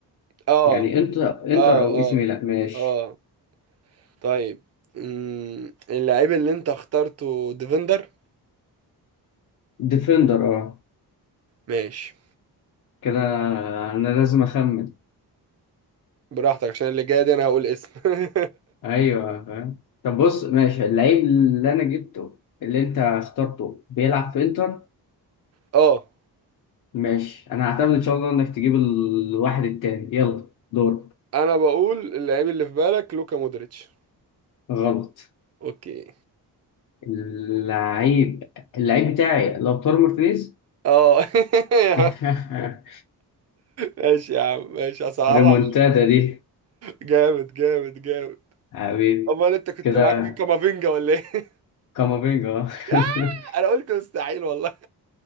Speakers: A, on the right; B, on the left.
A: اه
B: يعني انتر انتر
A: اه
B: او
A: اه
B: اي سي ميلان ماشي
A: اه طيب مم، اللعيب اللي انت اخترته ديفندر
B: ديفندر اه
A: ماشي
B: كده انا لازم اخمن
A: براحتك عشان اللي جاي دي انا هقول اسم <laughs>
B: ايوه فاهم طب بص ماشي اللعيب اللي انا جبته اللي انت اخترته بيلعب في انتر
A: اه
B: ماشي انا هعتمد ان شاء الله انك تجيب الواحد التاني يلا دور
A: انا بقول اللعيب اللي في بالك لوكا مودريتش
B: غلط
A: اوكي
B: اللعيب اللعيب بتاعي لو تورو مارتينيز
A: اه <laughs>
B: <laughs>
A: ماشي يا عم ماشي هصعبها
B: ريمونتادا دي
A: جامد جامد جامد
B: حبيبي
A: امال انت كنت
B: كده
A: معاك مين كامافينجا ولا ايه <laughs>
B: كامافينجا آه.
A: يا
B: <laughs>
A: انا قلت مستحيل والله